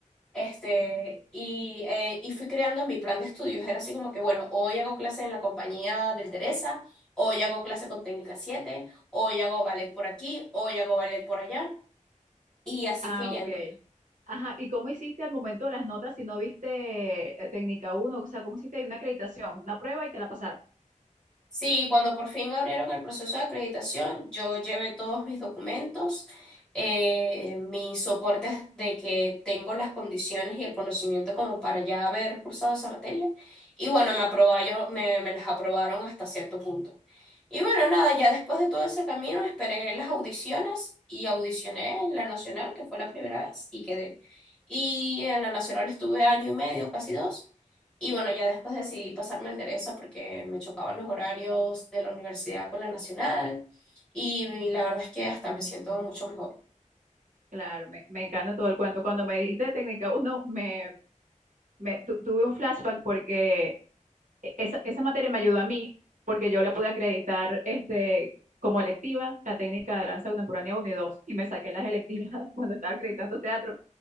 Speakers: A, in the centre; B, on the right (about 75°).
A: Este, y, eh, y fui creando mi plan de estudios. Era así como que, bueno, hoy hago clase en la compañía del Teresa, hoy hago clase con Técnica siete hoy hago ballet por aquí, hoy hago ballet por allá. Y así
B: Ah,
A: fui yendo.
B: ok. Ajá, ¿y cómo hiciste al momento de las notas si no viste eh, técnica uno, O sea, ¿cómo hiciste ahí una acreditación, una prueba y te la pasaron?
A: Sí, cuando por fin abrieron el proceso de acreditación, yo llevé todos mis documentos, eh, mis soportes de que tengo las condiciones y el conocimiento como para ya haber cursado esa materia. Y bueno, me aprobaron, me, me las aprobaron hasta cierto punto. Y bueno, nada, ya después de todo ese camino esperé las audiciones y audicioné en la nacional, que fue la primera vez, y quedé. Y en la nacional estuve año y medio, casi dos. Y bueno, ya después decidí pasarme al Teresa porque me chocaban los horarios de la universidad con la nacional y la verdad es que hasta me siento mucho mejor.
B: Claro, me, me encanta todo el cuento. Cuando me dijiste técnica uno, me, me tu- tuve un flashback porque e- esa, esa materia me ayudó a mí porque yo la pude acreditar este, como electiva, la técnica de danza contemporánea uno y 2 y me saqué las electivas <laughs> cuando estaba acreditando teatro